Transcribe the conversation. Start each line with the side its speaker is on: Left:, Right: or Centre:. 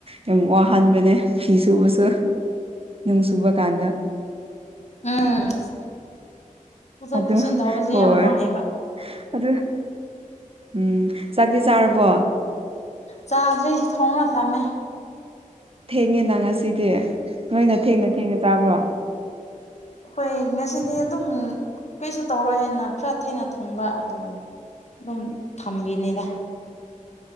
Right: ꯌꯥꯝ ꯋꯥꯍꯟꯕꯅꯦ ꯐꯤ ꯁꯨꯕꯁꯨ ꯅꯨꯡ ꯆꯨꯕ ꯀꯥꯟꯗ
Left: ꯎꯝ ꯄꯨꯊꯣꯛ
Right: ꯑꯗꯨ
Left: ꯄꯨꯁꯤꯟ ꯇꯧꯕꯁꯦ
Right: ꯍꯣꯏ
Left: ꯌꯥꯝ ꯋꯥꯏꯌꯦꯕ
Right: ꯑꯗꯨ ꯎꯝ ꯆꯥꯛꯇꯤ ꯆꯥꯔꯕꯣ
Left: ꯆꯥꯗ꯭ꯔꯤ ꯊꯣꯡꯅ ꯊꯝꯃꯦ
Right: ꯊꯦꯡꯉꯦꯅ ꯉꯁꯤꯗꯤ ꯅꯣꯏꯅ ꯊꯦꯡꯅ ꯊꯦꯡꯅ ꯆꯥꯕ꯭ꯔꯣ
Left: ꯍꫭꯏ ꯉꯁꯤꯗꯤ ꯑꯗꯨꯝ ꯀꯩꯁꯨ ꯇꯧꯔꯣꯏ ꯍꯥꯏꯅ ꯈꯔ ꯊꯦꯡꯅ ꯊꯣꯡꯕ ꯑꯗꯨ ꯑꯗꯨꯝ ꯊꯝꯕꯤꯅꯤꯗ